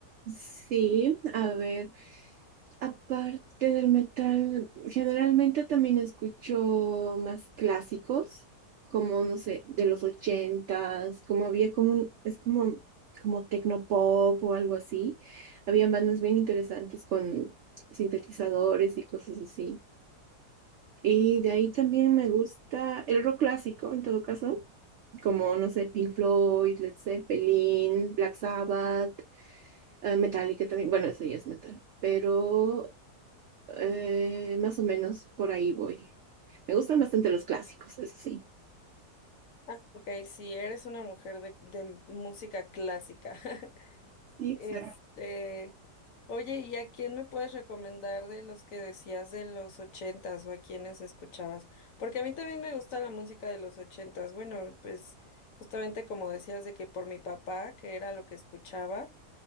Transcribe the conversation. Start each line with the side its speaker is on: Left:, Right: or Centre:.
Right: Sí, a ver, aparte del metal, generalmente también escucho más clásicos, como, no sé, de los ochentas, como había como un- es como, como tecnopop o algo así. Habían bandas bien interesantes con sintetizadores y cosas así. Y de ahí también me gusta el rock clásico, en todo caso, como, no sé, Pink Floyd, Led Zeppelin, Black Sabbath eh, Metallica también. Bueno, eso ya es metal. Pero eh, más o menos por ahí voy. Me gustan bastante los clásicos, eso sí.
Left: Ah, Ok, si eres una mujer de, de música clásica, <laughs>
Right: Sí,
Left: este,
Right: exacto.
Left: oye, ¿y a quién me puedes recomendar de los que decías de los ochentas o a quiénes escuchabas? Porque a mí también me gusta la música de los ochentas. Bueno, pues justamente como decías de que por mi papá, que era lo que escuchaba,